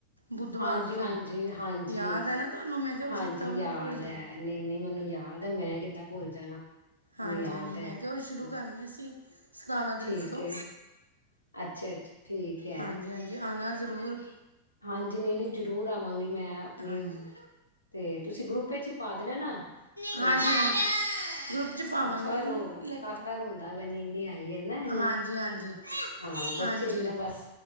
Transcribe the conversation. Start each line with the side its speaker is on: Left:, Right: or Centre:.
Right: ਬੁੱਧਵਾਰ
Left: ਹਾਂਜੀ
Right: ਤੋਂ
Left: ਹਾਂਜੀ ਹਾਂਜੀ
Right: ਯਾਦ ਹੈ ਨਾ ਤੁਹਾਨੂੰ ਮੈਂ ਕਿਹਾ
Left: ਹਾਂਜੀ
Right: ਚੇਤਾ
Left: ਯਾਦ
Right: ਨਾ ਭੁੱਲ ਜਾਏ।
Left: ਹੈ ਨਹੀਂ ਨਹੀਂ ਮੈਨੂੰ ਯਾਦ ਹੈ ਮੈਂ ਕਿੱਦਾਂ ਭੁੱਲ ਜਾਣਾ।
Right: ਹਾਂਜੀ
Left: ਮੈਨੂੰ ਯਾਦ
Right: ਹਾਂਜੀ
Left: ਹੈ
Right: ਮੈਂ ਕਿਹਾ
Left: ਹਮ,
Right: ਸ਼ੁਰੂ ਕਰਨੀ ਸੀਂ। ਸਤਾਰਾਂ ਤਰੀਕ
Left: ਠੀਕ
Right: ਤੋਂ
Left: ਹੈ ਅੱਛਾ ਅੱਛਾ ਠੀਕ ਹੈ
Right: ਹਾਂਜੀ ਹਾਂਜੀ ਆਣਾ ਜ਼ਰੂਰ।
Left: ਹਾਂਜੀ ਨਹੀਂ ਨਹੀਂ ਜ਼ਰੂਰ ਆਵਾਂਗੀ ਮੈਂ। ਆਪਣੀ
Right: ਹਾਂਜੀ
Left: ਤੇ ਤੁਸੀਂ ਗਰੁੱਪ ਵਿੱਚ ਹੀ ਪਾ ਦੇਣੇ ਨਾ ਤੇ
Right: ਹਾਂਜੀ ਹਾਂਜੀ ਗਰੁੱਪ 'ਚ ਪਾਵਾਂਗੇ
Left: ਅੱਛਾ
Right: ਇਹਨੂੰ
Left: ਹੋਰ
Right: ਲੈ
Left: ਕਾਕਾ
Right: ਕੇ ਜਾ
Left: ਰੋਂਦਾ ਪਿਆ ਨੀਨੀ ਆਈ ਹੈ ਈ ਨਾ ਇਹਨੂੰ
Right: ਹਾਂਜੀ ਹਾਂਜੀ
Left: ਹਾਂ ਬੱਚੇ
Right: ਹਾਂਜੀ
Left: ਵੀ ਨਾ ਬਸ